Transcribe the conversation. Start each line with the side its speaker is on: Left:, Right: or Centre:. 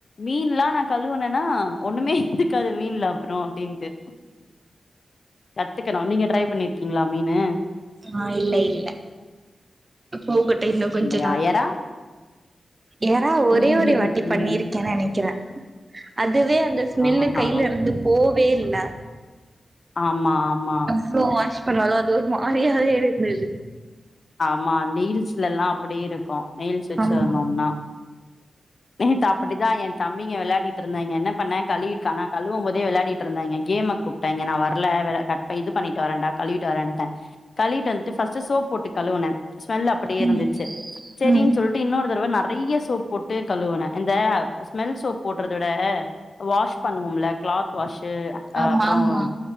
Left: மீன் லா நா கழுவுனன்னா ஒண்ணுமே இருக்காது மீன்ல அப்புறோ அப்டின்ட்டு கத்துக்கணும் நீங்க ட்ரை பண்ணிருக்கீங்ளா மீனு
Right: ஆ இல்லை இல்ல போகட்டும் இன்னும் கொஞ்ச
Left: இல்லையா
Right: நாள்
Left: எறா
Right: ஏரா ஒரே
Left: ம்
Right: ஒரே வாட்டி பண்ணிருக்கேன் நனைக்கிறேன் அதுவே அந்து ஸ்மெல்லு
Left: ஆஹா
Right: கைல இருந்து போவே இல்ல
Left: ஆமா ஆமா
Right: புரோம் வாஷ் பண்ணவால அது ஒரு மாரியாவே அதே இருந்துது
Left: ஆமா நெய்ல்ஸ்ல எல்லாம் அப்டியே இருக்கும் நெயல்ஸ் வச்சுருதோம்னா
Right: ஆமா
Left: நேத் அப்டிதான் என் தம்பிங்க விளாடிட்டு இருந்தாய்ங்க என்ன பண்ணன் கழி கானா நா கழுவும் போதே வெளாடிட்டு இருந்தாங்க கேமுக்கு டைங்க நா வரல வெள க இது பண்ணிட்டு வரன்டா கழுவிட்டு வரன்டன் கழிட்டு வந்துட்டு ஃபஸ்ட்டு சோப் போட்டு கழுவுன ஸ்மெல் அப்டியே
Right: ம்
Left: இருந்துச்சு சேரின்னு
Right: ம்
Left: சொல்ட்டு இன்னொரு தடவ நறைய சோப் ட்டு கழுவுன இந்த ஸ்மெல் சோப் போட்றத விட வாஷ் பண்ணுவோம்ல கிளாத் வாஷ்
Right: ஆமா
Left: அப்புறம்
Right: ஆமா